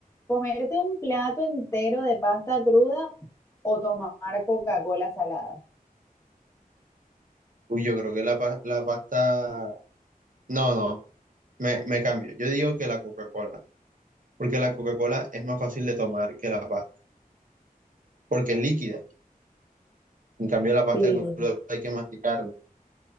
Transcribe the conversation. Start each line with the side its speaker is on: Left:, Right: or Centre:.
Left: ¿Comerte un plato entero de pasta cruda o tomar Coca-Cola salada?
Right: uy, yo creo que la, pa- la pasta... No, no, me, me cambio. Yo digo que la Coca-Cola, porque la Coca-Cola es más fácil de tomar que la pasta, porque es líquida. En cambio, la pasta
Left: Sí,
Right: de crudo hay que masticarla.